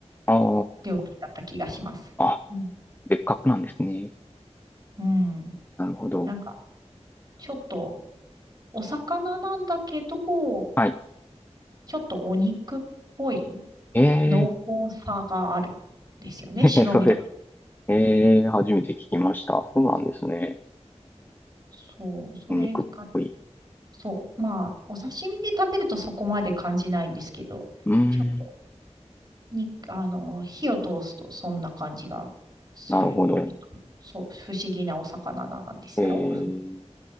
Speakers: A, on the left (about 15°); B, on the right (about 35°).
A: あ
B: 料金だった気がします。
A: あ、あ、
B: うん。
A: 別格なんですね。
B: うん。
A: なるほど。
B: なんか、ちょっと、お魚なんだけど、
A: はい。
B: ちょっとお肉っぽい
A: え
B: 濃厚さがあるんですよね。
A: ー、<laughs>
B: 白身だ。
A: それ、えー、初めて聞きました。そうなんですね。
B: そう、それが、
A: お肉っぽい。
B: そう。まあ、お刺身で食べるとそこまで感じないんですけど、
A: うー
B: ちょっと、
A: ん、
B: に、あの、火を通すとそんな感じがする。
A: なるほど。
B: ちょっとそう、不思議なお魚なんですよ。
A: えー、